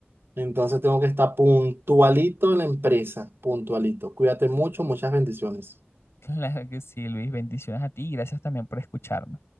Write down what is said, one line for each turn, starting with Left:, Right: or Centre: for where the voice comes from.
Right: Entonces tengo que estar puntualito en la empresa, puntualito. Cuídate mucho, muchas bendiciones.
Left: Claro que sí, Luis, bendiciones a ti y gracias también por escucharme.